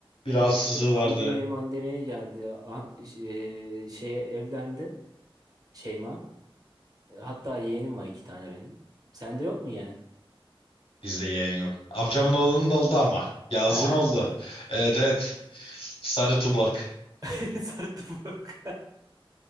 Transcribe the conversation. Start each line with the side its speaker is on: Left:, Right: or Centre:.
Left: bir rahatsızlığı
Right: O işte pandemiye
Left: vardı.
Right: mandemiye geldi. Ah, şey, şeye evlendi Şeyma. Hatta yeğenim var iki tane benim. Sende yok mu yeğen?
Left: Bizde yeğen yok. Amcamın oğlunun da oldu ama. Yağız'ın
Right: Ha.
Left: oldu. Evet evet. Sarı Tuborg.
Right: <laughs> Sarı tufak.